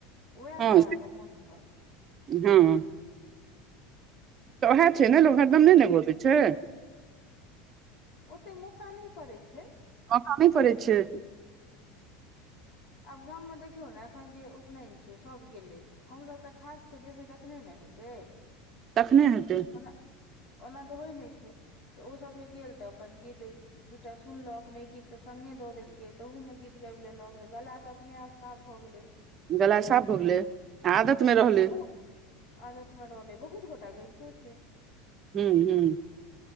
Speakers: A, on the left (about 50°); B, on the right (about 35°).
A: ओएहटा
B: हँ
A: अहाँके मन रहत
B: हँ तऽ ओहए छै ने लोक हरदम ने ने गोबै छै
A: ओते मौका नहि पड़ैत छै
B: मौका नै पड़ै छै
A: आब गाम मे देखियौ ने एखन जे उपनयन छै सब गेलै हमसभ तऽ खास केऽ जेबै तखने ने हेतै
B: नहि हेतै
A: ओना ओना तऽ होइ नहि छै तऽ ओसभ जे गेल तऽ अपन गीत दूटा सुनलक नहि किछु तऽ संगे दऽ देलकै तहूमे गीत गाबि लेलक तऽ गला तऽ अपने आप साफ भऽ गेलै
B: गला साफ भऽ गेलै आ आदत मे रहलै
A: अबू आदत रहलै बहुत गोटा गबतो छै
B: ह्म ह्म